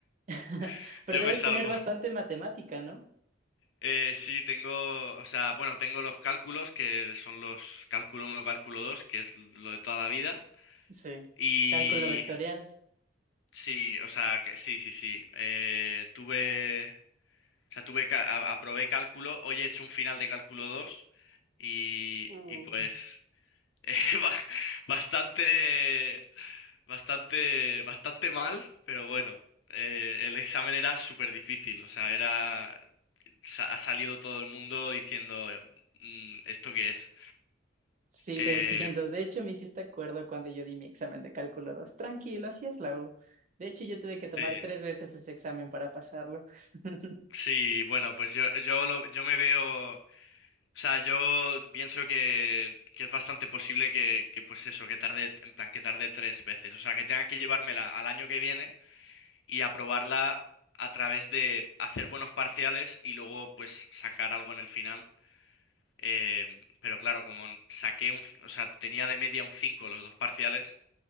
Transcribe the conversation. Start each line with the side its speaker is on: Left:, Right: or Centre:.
Right: <laughs>
Left: <laughs>
Right: Pero
Left: yo
Right: debes
Left: me salvo.
Right: tener bastante matemática, ¿no?
Left: Eh, sí, tengo, o sea, bueno, tengo los cálculos, que son los cálculo uno, cálculo 2, que es lo de toda la vida.
Right: Sí.
Left: Y
Right: Cálculo vectorial.
Left: sí, o sea, que, sí, sí, sí. Eh, tuve, o sea, tuve, ca- a- aprobé cálculo, hoy he hecho un final de cálculo 2 y,
Right: Uh.
Left: y pues <laughs> eh, ba- bastante, bastante, bastante mal, pero bueno, eh, el examen era súper difícil, o sea, era sa- ha salido todo el mundo diciendo, mm, ¿esto qué es?
Right: Sí,
Left: Eh,
Right: te entiendo. De hecho, me hiciste acuerdo cuando yo di mi examen de cálculo 2. Tranquilo, así es la U. De hecho, yo tuve que tomar
Left: sí,
Right: tres veces ese examen para pasarlo. <laughs>
Left: sí, bueno, pues yo, yo, lo- yo me veo, o sea, yo pienso que, que es bastante posible que, que, pues eso, que tarde, en plan, que tarde tres veces, o sea, que tenga que llevármela al año que viene y aprobarla a través de hacer buenos parciales y luego, pues, sacar algo en el final. Eh, pero claro, como saqué un, o sea, tenía de media un 5 los dos parciales,